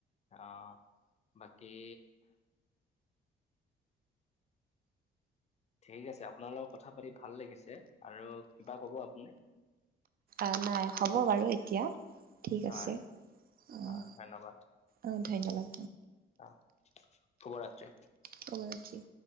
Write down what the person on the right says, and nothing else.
অ' নাই হ'ব বাৰু এতিয়া, ঠিক
আছে অ'।
অ' ধন্যবাদ।
শুভ ৰাত্ৰি।